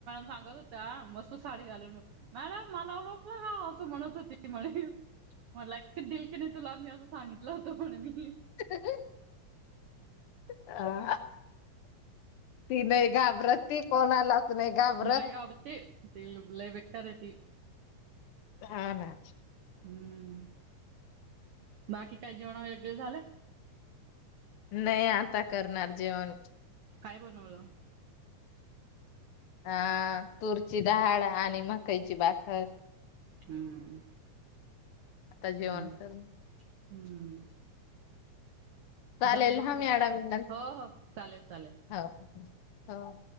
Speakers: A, on the right; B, on the left.
A: सांत मस्त साडी घालून मॅडम मला ओळखलं काा असं म्हणत होती म्हणे म्हणला एक दिलक नाही तुला मी असं सांगितलं होतं म्हण मी
B: ह अ ती नाही घाबरत ती कोणालाच नाही घाबरत
A: नयग आवतल् लई बेक्तारती
B: हा ना
A: हम्म बाकी काही जेवण वेगे झालं
B: नाही आता करणार जेवण
A: काय बोलणवलं
B: अ तूरची डाळ आणि मकाईची बाखर
A: हम्
B: आता जेवण
A: चांगलंच
B: करणार
A: हम्म,
B: चालेल
A: जांभूळ
B: हं
A: खाय
B: मॅडम
A: हो हो चालेल चालेल
B: हो हो.